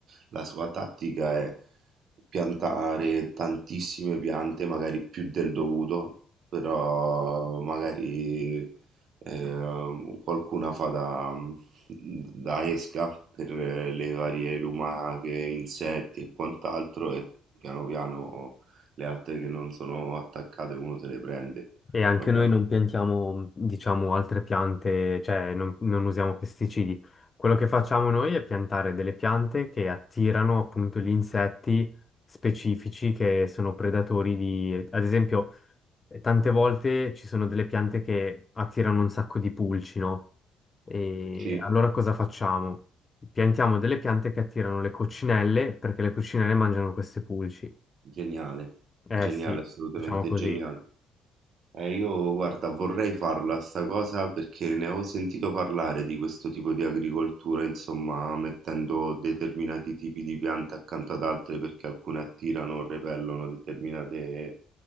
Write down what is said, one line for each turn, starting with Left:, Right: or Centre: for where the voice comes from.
Right: la sua tattica è piantare tantissime piante, magari più del dovuto, però magari eh, qualcuna fa da, da esca per eh, le varie lumache, insetti e quant'altro e piano piano le altre che non sono attaccate uno se le prende.
Left: E anche
Right: Roba...
Left: noi non piantiamo, diciamo, altre piante, cioè non, non usiamo pesticidi. Quello che facciamo noi è piantare delle piante che attirano appunto gli insetti specifici che sono predatori di, ad esempio, eh, tante volte ci sono delle piante che attirano un sacco di pulci, no? E
Right: Sì,
Left: allora cosa facciamo? Piantiamo delle piante che attirano le coccinelle perché le coccinelle mangiano queste pulci.
Right: geniale, geniale,
Left: Eh sì,
Right: assolutamente
Left: facciamo così.
Right: geniale. Eh, io guarda, vorrei farla sta cosa perché ne ho sentito parlare di questo tipo di agricoltura, insomma, mettendo determinati tipi di piante accanto ad altre perché alcune attirano o repellono determinate,